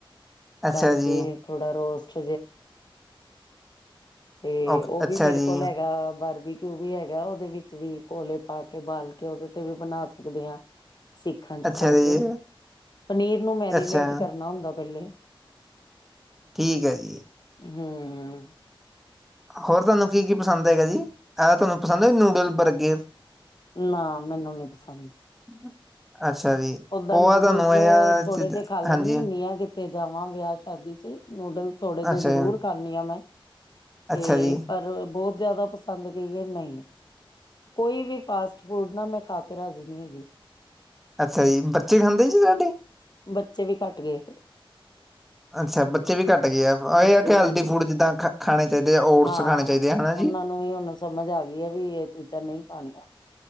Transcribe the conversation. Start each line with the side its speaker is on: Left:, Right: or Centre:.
Centre: ਅੱਛਾ
Left: ਕਰਕੇ
Centre: ਜੀ,
Left: ਥੋੜਾ ਰੋਸ <inaudible> ਤੇ
Centre: ਓਕ
Left: ਉਹ
Centre: ਅੱਛਾ
Left: ਵੀ ਮੇਰੇ
Centre: ਜੀ,
Left: ਕੋਲ ਹੈਗਾ ਬਾਰਬੀ ਕਿਉ ਵੀ ਹੈਗਾ ਉਹਦੇ ਵਿੱਚ ਵੀ ਕੋਲੇ ਪਾ ਕੇ ਬਾਲ ਕੇ ਉਹਦੇ ਤੇ ਵੀ ਬਣਾ ਸਕਦੇ ਹਾਂ ਸਿੱਖਾਂ ਚ
Centre: ਅੱਛਾ
Left: ਪਾ
Centre: ਜੀ,
Left: ਕੇ ਪਨੀਰ ਨੂੰ ਮੈਰੀਨੇਟ
Centre: ਅੱਛਾ,
Left: ਕਰਨਾ ਹੁੰਦਾ ਪਹਿਲੇ
Centre: ਠੀਕ ਹੈ ਜੀ
Left: ਹਮ
Centre: ਹੋਰ ਤੁਹਾਨੂੰ ਕੀ ਕੀ ਪਸੰਦ ਹੈਗਾ ਜੀ ਇਹ ਤੁਹਾਨੂੰ ਪਸੰਦ ਹੈੀ ਨੂਡਲ ਬਰਗੇਰ
Left: ਨਾ ਮੈਨੂੰ ਨੀ ਪਸੰਦ
Centre: <inaudible> ਜੀ
Left: ਓਦਾਂ
Centre: ਪੋਆ
Left: ਨੂਡਲਸ
Centre: ਤੁਹਾਨੂੰ ਇਹ
Left: ਥੋੜੇ
Centre: ਚੀਜ਼
Left: ਜਿਹੇ ਖਾ ਲੈਦੀ
Centre: ਹਾਂਜੀ
Left: ਹੁੰਦੀ ਆ ਕਿੱਥੇ ਜਾਵਾਂ ਵਿਆਹ ਸ਼ਾਦੀ ਚ ਨੂਡਲਸ ਥੋੜੇ ਜਹੇ
Centre: ਅੱਛਾ
Left: ਜ਼ਰੂਰ
Centre: ਜੀ
Left: ਖਾਦੀ ਆ ਮੈਂ ਤੇ
Centre: ਅੱਛਾ ਜੀ
Left: ਪਰ ਬਹੁਤ ਜ਼ਿਆਦਾ ਪਸੰਦ ਨ ਕਹੀਏ ਨਹੀਂ ਕੋਈ ਵੀ ਫਾਸਟ ਫੂਡ ਨਾ ਮੈਂ ਖਾ ਕੇ ਰਾਜ਼ੀ ਨਹੀਂ ਹੈਗੀ
Centre: ਅੱਛਾ ਜੀ ਬੱਚੇ ਖਾਂਦੇ ਜੀ ਤੋਡੇ
Left: ਬੱਚੇ ਵੀ ਘੱਟ ਗਏ
Centre: ਅੱਛਾ ਬੱਚੇ ਵੀ ਘੱਟ ਗਏ ਆ
Left: ਬੱਚੇ
Centre: ਇਹਲ
Left: ਵੀ ਘੱਟ ਗਏ
Centre: ਫੂਡ ਜਿੱਦਾਂ ਖਾਣੇ ਚਾਹੀਦੇ ਆ ਓਟਸ
Left: ਹਾਂ
Centre: ਖਾਣੇ ਚਾਹੀਦੇ ਆ ਹਨਾ ਜੀ
Left: ਉਹਨਾਂ ਨੂੰ ਵੀ ਹੁਣ ਸਮਝ ਆ ਗਈ ਹੈ ਵੀ ਇਹ ਚੀਜ਼ਾਂ ਨਹੀਂ ਖਾਣੀਆਂ